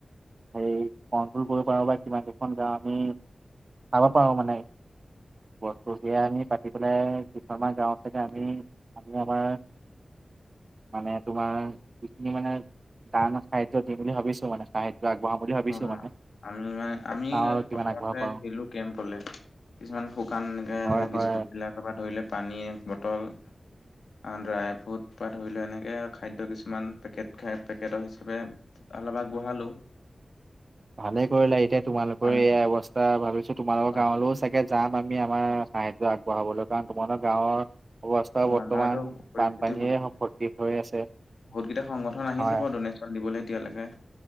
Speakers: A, on the right; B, on the left.
A: হেৰি কণ্ট্ৰল কৰিব পাৰো বা কিমান কেইখন গাওঁ আমি চাব পাৰো মানে বস্তু সেইয়া আমি পাতি পেলাই কেইখনমান গাঁৱত চাগে আমি আমি আমাৰ মানে তোমাৰ যিখিনি মানে দান সাহায্য দিম বুলি ভাবিছো মানে সাহায্য আগবঢ়াম। বুলি ভাবিছোঁ
B: অ
A: মানে
B: আমি মানে আমি
A: চাওঁ আৰু কিমান
B: প্ৰথমতে
A: আগবঢ়াব পাৰোঁ
B: দিলো কেম্পলে। কিছুমান শুকান এনেকে এনেকে
A: হয় হয়
B: বিস্কুটবিলাক পৰা ধৰিলে পানীয়ে বটল ড্ৰাই ফ্ৰুট বা ধৰি লোৱা এনেকে খাদ্য কিছুমান পেকেট খাই পেকেটৰ হিচাপে অলপ আগবঢ়ালোঁ।
A: ভালে কৰিলা এতিয়া তোমালোকৰ
B: পানী
A: এইয়া অৱস্থা ভাবিছো তোমালোকৰ
B: হয়
A: গাঁৱলৈও
B: হয়
A: চাগে যাম আমি আমাৰ সাহায্য আগবঢ়াবলৈ কাৰণ তোমালোক গাঁৱৰ অৱস্থা
B: অ
A: বৰ্তমান
B: আমাৰতো পৰিস্থিতি
A: বানপানীয়ে সম ভৰ্তি হৈ আছে।
B: বহুত কেইটা সংগঠন আহিছে
A: হয়
B: বাৰু ড'নেশ্যন দিবলে এতিয়ালেকে,